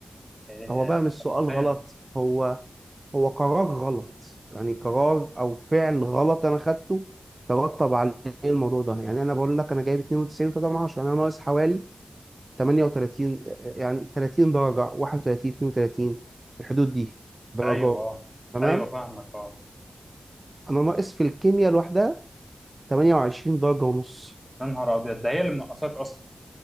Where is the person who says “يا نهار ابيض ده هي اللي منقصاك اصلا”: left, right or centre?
Centre